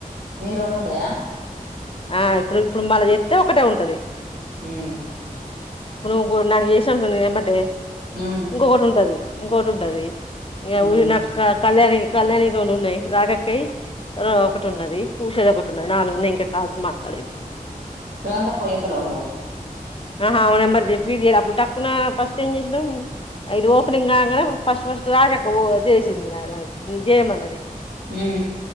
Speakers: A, on the right; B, on the left.
A: నీ రొండున్ టయా
B: ఆ ఇప్పుడు ఇప్పుడు మళ్ళ చెత్తే ఒకటే ఉంటది
A: హుమ్
B: ఇప్పుడు నువ్వు నాకు చేసావనుకో ఎంబటే
A: ఉమ్
B: ఇంకొకటి ఉంటది ఇంకోటి ఉంటది య
A: ఉమ్
B: ఉరి నక్కా కళ్యాణి కళ్యాణి తోనున్నాయ్ రాగక్కయ్ ఒకటి ఉన్నది ఉషది ఒకటి నాలుగున్నాయి ఇంకా కాల్స్ మాట్లాడేది
A: రాధక్ ఫోన్ చేతలేవ నువ్వు
B: ఆహా అప్పుడు నెంబర్ ఫీడ్ చేయల అప్పుడు టక్కున ఫస్ట్ ఏం చేసినాం ఇది ఓపెనింగ్ కాగానే ఫస్ట్ ఫస్ట్ రాగక్క చేసింది నా దానికి చేయనున్నది
A: హ